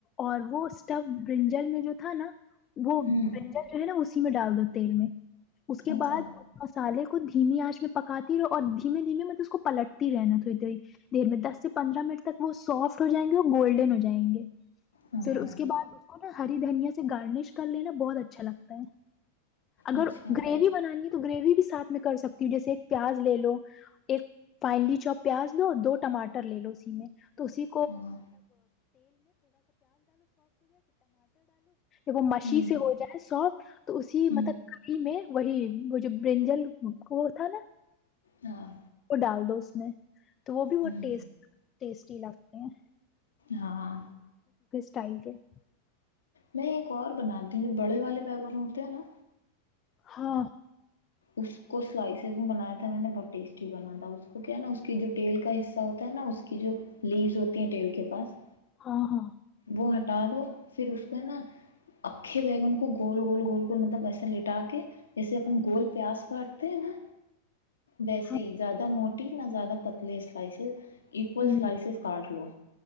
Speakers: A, on the left; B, on the left.
A: اور وہ اسٹو برنجل میں جو تھا نا وہ برنجل
B: ہوں
A: جو ہے نا اسی میں ڈال دو تیل میں اس کے
B: اچھا
A: بعد مسالے دھیمی آنچ میں پکاتی رہو اور د <inaudible> دھیمے دھیمے میں تو اس کو پلٹتی رہنا تھوڑی تھوڑی دیر میں دس سے پندرہ منٹ تک وہ سافٹ ہو جائیں گے اور گولڈن ہو جائیں گے
B: ہاں
A: پھر اس کے بع اس کو نا ہری دھنیا سے گارنش کر لینا بہت اچھا لگتا ہے اگر
B: اچھا
A: گریوی بنانی ہے تو گریوی بھی ساتھ میں کر سکتی ہوں جیسے ایک پیاز لے لو ایک فائنلی چوپ یاد لو دو ٹماٹر لے لو سیدھے
B: ہاں
A: وہ مشین
B: ہوں
A: سے ہو جائے ساف تو اسی
B: ہوں
A: مطلب کڑی میں وہی وہ جو برنجل وہ تھا نا
B: ہاں
A: وہ ڈال دو اس نے تو وہ بھی
B: ہوں
A: وہ ٹیسٹ ٹیسٹی لگتے ہیں
B: ہاں
A: <inaudible>
B: میں ایک اور بناتی ہوں جو بڑے والے پ کروں ہوتے ہیں نا
A: ہاں
B: اس کو سلائسز میں بنایا تھا میں نے بہت ٹیسٹی بنا تھا اس کو کہنا اس کی جو ٹیل کا حصہ ہوتا ہے نا اس کے لیو ہوتی ہیں ٹیل کے پاس
A: ہاں ہاں
B: وہ ہٹا دو فیر اس کو نا اکھے بیگم کو گول گول گول کر مطلب پیسے لٹا کے جیسے اپنے گول پیاز کاٹتے ہیں نا ویسے
A: ہاں
B: ہی زیادہ موٹ نہ زیادہ پتلے سلائسز اکول
A: ہ
B: سلائسیز کاٹ لو